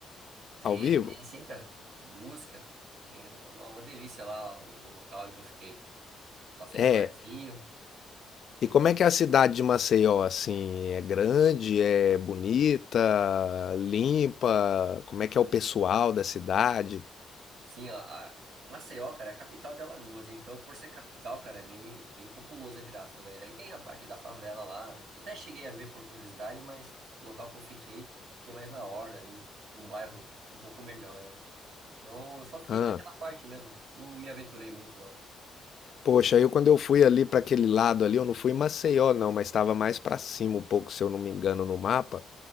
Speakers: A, on the right; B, on the left.
A: Tem,
B: ao vivo?
A: tem sim, cara. Música. Tem uma, uma delícia lá o local em que eu fiquei. Bastante
B: É,
A: barzinho.
B: E como é que é a cidade de Maceió, assim? É grande, é bonita, limpa? Como é que é o pessoal da cidade?
A: Sim, a, a Maceió, cara, é a capital de Alagoas. Então, por ser capital, cara, é bem, bem populoso, entre aspas. Aí daí tem a parte da favela lá. Eu até cheguei a ver por curiosidade, mas o local que eu fiquei, fiquei mais na orla, ali no, num bairro um pouco melhor, né? Então, eu só fiquei
B: Ah,
A: naquela parte mesmo. Não me aventurei muito, não.
B: poxa, eu quando eu fui ali para aquele lado ali, eu não fui em Maceió não, mas estava mais para cima um pouco, se eu não me engano, no mapa.